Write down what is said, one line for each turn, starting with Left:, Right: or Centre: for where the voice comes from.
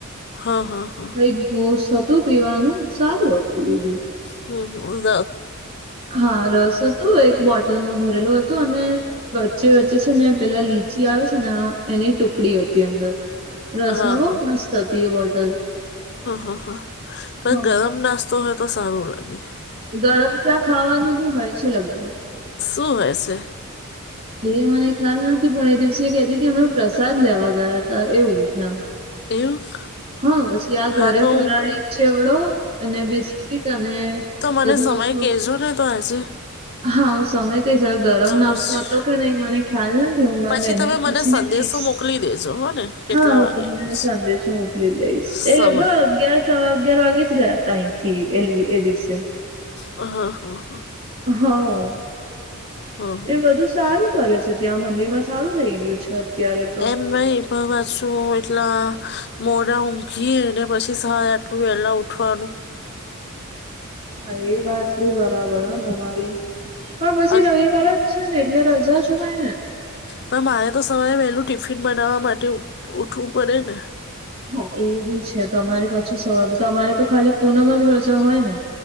Left: હા હા.
Right: એક જ્યૂસ હતુ. પીવાનું સારું હતું. એ ભી..
Left: હમ હમ.
Right: હા રસ હતોુ એક બોટલમાં ભરેલું હતું અને વચ્ચે-વચ્ચે છે, ને પેલા લીચી આવે છે ને! એની ટુકડી હતી અંદર રસમાં
Left: હા
Right: બહુ
Left: હા
Right: મસ્ત હતી. એ બોટલ.
Left: હા હા પણ
Right: હા
Left: ગરમ. તો હોય તો સાારું લાગે.
Right: ગરમ ત્યાં ખાવાનું બી હોય છે. લગભગ઼....
Left: શું હોય છે?
Right: એ મને ખ્યાલ નથી. પણ એ દિવસે કહેતી હતી. અમે પ્રસાદ લેવા ગયા હતા. એવું ત્યાં,
Left: એવું?
Right: હા, પછી આ ઘરે
Left: હા તો
Right: ફરાળી
Left: હું-
Right: ચેવડો અને બિસ્કીિટ અને...
Left: તો મને
Right: બધું
Left: સમય
Right: હતું
Left: કહેજો ને તો આજે?
Right: હા, હું સમય કઈશ. હવે, ગરમ
Left: તો
Right: નાસ્તો
Left: પછી
Right: હતો કે નહીં. મને.. ખ્યાલ નથી. હું મારા
Left: પછી
Right: બેહેનને
Left: તમે મને
Right: પૂછીને
Left: સંદેશો
Right: કહીશ.
Left: મોકલી દેજો હો ને કેટલા
Right: હા હું
Left: વાગ્યાનો
Right: તમને
Left: છે
Right: સંદેશો... મોકલી દઈશ.
Left: સમય
Right: એ લગભગ અગિયાર સવા અગિયાર વાગ્યે જ ગયા અહીંથી એ એ દિવસે.
Left: હા હા હા.
Right: હા,
Left: હા હા
Right: એ બધું સારું કરે છે. ત્યાં મંદિરમાં સારું થઈ ગયું છે. અત્યારે તો
Left: એમ નય. પાછું એટલા મોડા ઊંઘી યે ને પછી, સવારે આટલું વેલા ઉઠવાનું.
Right: હા, એ વાત ભી બરાબર હો તમારી પણ પછી
Left: અગ
Right: રવિવાર જ છે, ને એટલે રજા. શય
Left: પણ મારે તો સવારે વહેલું ટિફિન બનાવવા માટે ઉઠવું પડે ને
Right: હા એ બી છે તમારી પાછું સવાર તમારે તો ખાલી પુનમાં જ રજા હોય ને